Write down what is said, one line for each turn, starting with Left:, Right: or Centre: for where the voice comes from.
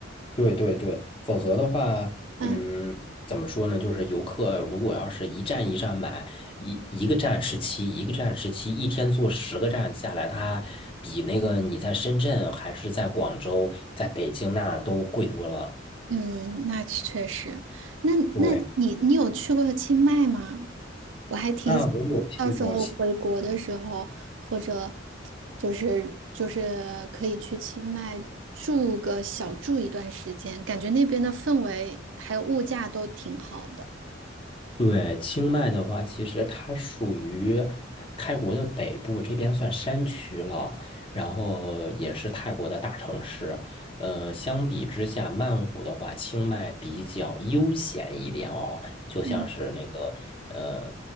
Left: 对对对，否则的话，
Right: 嗯，
Left: 嗯，怎么说呢？就是游客如果要是一站一站买，一一个站十七，一个站十七，一天坐十个站下来，它比那个你在深圳还是在广州、在北京那都贵多了。
Right: 嗯，那确实。那那你你有去过清迈吗？
Left: 对，
Right: 我还挺想到时候回国的时候，
Left: 啊，我有去过，
Right: 或者就是就是可以去清迈住个小住一段时间，感觉那边的氛围还有物价都挺好的。
Left: 对，清迈的话，其实它属于泰国的北部，这边算山区了，然后也是泰国的大城市。呃，相比之下，曼谷的话，清迈比较悠闲一点哦，就像是那个呃，
Right: 嗯